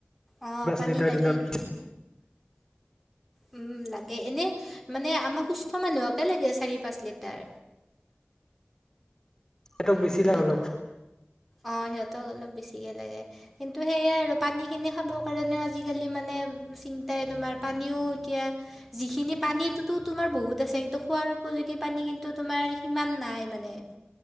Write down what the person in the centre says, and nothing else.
অ
পানী
লাগে
উম লাগে এনে মানে আমাক সুস্থ মানুহকে লাগে চাৰি পাঁচ লিটাৰ
সেইটোৱেতো
অ সিহঁতক অলপ বেছিকে লাগে, কিন্তু সেইয়াই আৰু পানী খিনি খাবৰ কাৰণেও আজিকালি মানে চিন্তাই তোমাৰ পানীও এতিয়া যিখিনি পানীটোতো তোমাৰ বহুত আছে, কিন্তু খোৱাৰ উপযোগী পানী কিন্তু তোমাৰ সিমান নাই মানে।